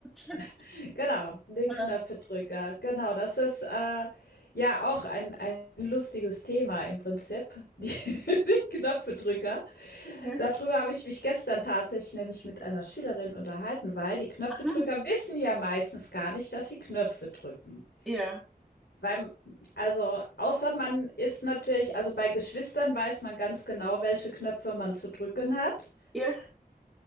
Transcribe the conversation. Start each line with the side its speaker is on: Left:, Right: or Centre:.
Centre: <laughs>
Left: <laughs> genau, die Knöpfedrücker.
Centre: Ah,
Left: Genau, das ist, äh, ja auch ein ein lustiges Thema im Prinzip, die <laughs> die Knöpfedrücker.
Centre: Ja,
Left: Dadrüber habe ich mich gestern tatsächlich nämlich mit einer Schülerin unterhalten, weil die Knöpfedrücker
Centre: aha.
Left: wissen ja meistens gar nicht, dass sie Knöpfe drücken.
Centre: Ja,
Left: Weil also, außer man ist natürlich also, bei Geschwistern weiß man ganz genau, welche Knöpfe man zu drücken hat.
Centre: ja,